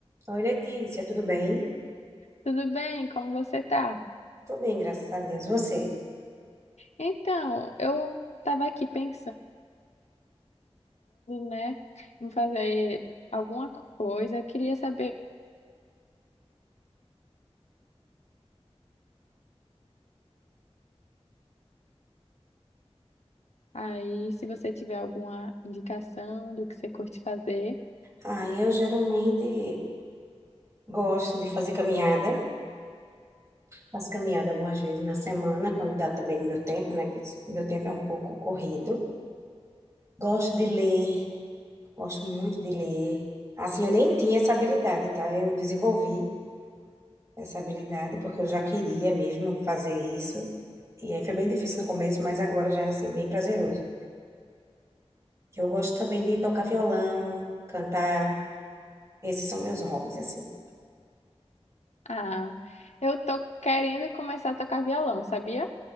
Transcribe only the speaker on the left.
Tudo bem? Como você tá?
Então, eu estava aqui pensando, né, em fazer alguma coisa. Queria saber aí se você tiver alguma indicação do que você curte fazer.
Ah, eu tô querendo começar a tocar violão, sabia?